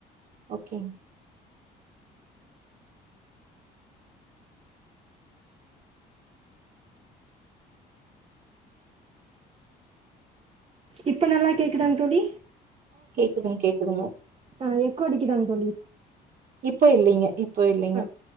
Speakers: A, on the right; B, on the right.
A: ஓகேங்க
B: இப்ப நல்லா கேக்குதாங்க தோலி
A: ம் கேக்குதுங்க
B: ஆஹ் எக்கோ அடிக்குதாங்க தோலி
A: இப்ப இல்லைங்க இல்லைங்க.
B: ஆஹ்